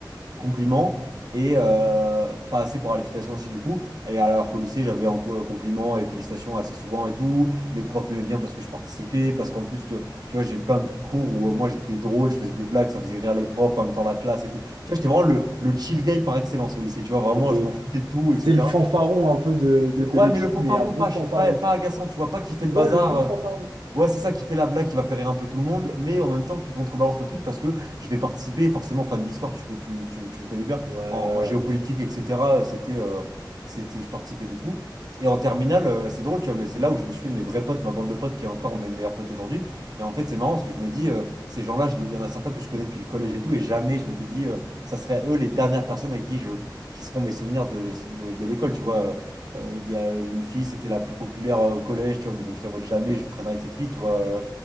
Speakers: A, on the right (about 55°); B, on the right (about 85°).
A: compliments et euh, pas assez pour la félicitation aussi du coup. Et alors qu'au lycée, j'avais en co- compliments et félicitations assez souvent et tout. Les profs m'aimaient bien parce que je participais, parce qu'en plus, tu, tu vois, j'ai plein de cours où euh, moi j'étais drôle, je faisais des blagues, ça faisait rire les profs, en même temps la classe était... Tu vois, j'étais vraiment le, le chill guy par excellence au lycée, tu vois, vraiment,
B: T'étais
A: je m'en foutais de tout, etc.
B: t'étais le fanfaron un peu de,
A: Le-
B: de de
A: Ouais,
B: l'équipe
A: mais le fanfaron,
B: mais un bon
A: pas,
B: fanfaron.
A: chez- pas, pas agaçant, tu vois, pas qui fait le
B: Ouais
A: bazar,
B: le bon
A: euh,
B: fanfaron.
A: Ouais, c'est ça qui fait la blague, qui va faire rire un peu tout le monde, mais en même temps qui contrebalance le truc parce que je vais participer, forcément fan d'histoire, tu, tu, me tu- tu me connais bien,
B: Ouais, ouais,
A: en, en géopolitique,
B: ouais, bien sûr.
A: etc. C'était, euh, c'était, je participais de fou. Et en terminale, euh, c'est drôle, tu vois, mais c'est là où je me suis fait mes vrais potes, ma bande de potes qui est encore mes meilleurs potes aujourd'hui. Et en fait, c'est marrant parce que je me dis, euh, ces gens-là, je les- il y en a certains que je connais depuis le collège et tout, et jamais je m'étais dit, euh, ça serait eux les dernières personnes avec qui je, qui seront mes souvenirs de, de, de l'école, tu vois. euh. Euh, Il y a une fille, c'était la plus populaire euh, au collège, tu vois, mais donc je ne jamais je traînerai avec cette fille, tu vois, euh,